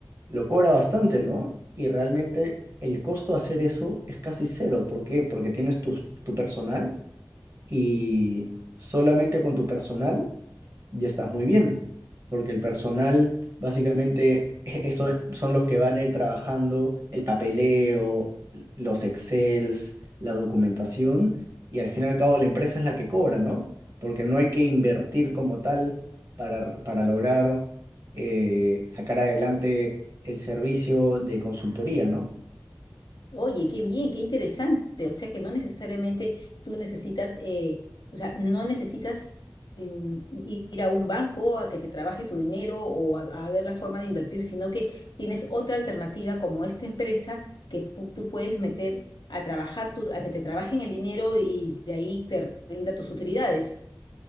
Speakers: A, on the right; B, on the left.
A: lo cobra bastante, ¿no? Y realmente el costo de hacer eso es casi cero. ¿Por qué? Porque tienes tu, tu personal y solamente con tu personal ya estás muy bien, porque el personal básicamente <laughs> e- eso son los que van a ir trabajando el papeleo, los Excels, la documentación y al fin y al cabo la empresa es la que cobra, ¿no? Porque no hay que invertir como tal para, para lograr eh, sacar adelante el servicio de consultoría, ¿no?
B: Oye, qué bien, qué interesante. O sea que no necesariamente tú necesitas, eh, o sea, no necesitas mm, i- ir a un banco a que te trabaje tu dinero o a, a ver la forma de invertir, sino que tienes otra alternativa como esta empresa que pu- tú puedes meter a trabajar tu, a que te trabajen el dinero y de ahí te rinda tus utilidades.